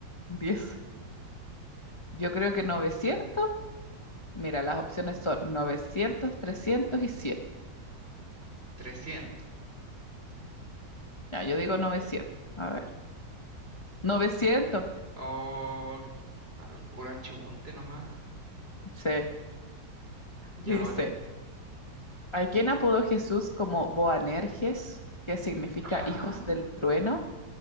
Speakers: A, on the left (about 20°); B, on the right (about 35°).
A: 10. Yo creo que 900. Mira, las opciones son 900, 300 y 100.
B: Trescientos.
A: Ya, yo digo 900. A ver, 900.
B: O al puro achunte nomás.
A: Sí,
B: Ya,
A: dice,
B: otra.
A: ¿a quién apodó Jesús como Boanerges, que significa
B: Ah,
A: hijos del trueno?